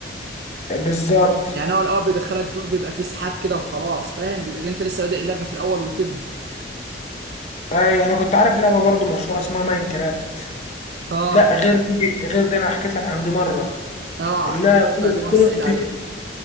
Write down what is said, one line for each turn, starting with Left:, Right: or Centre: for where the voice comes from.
Left: بالظبط
Right: يعني هو الاول بيدخلك دور بيبقى فيه سحاب كده وخلاص فاهم بيبقى اللي انت لسه بادئ اللعبه في الاول وكده
Left: اي انا كنت عارف لعبه برضو مشهوره اسمها ماين كرافت
Right: اه
Left: لا
Right: طب
Left: غير دي غير دي انا حكيت لك عن دي مره
Right: اه
Left: لا
Right: حكيت لك طيب، دي مرة
Left: كول
Right: سائل
Left: اوف ديوتي
Right: عليه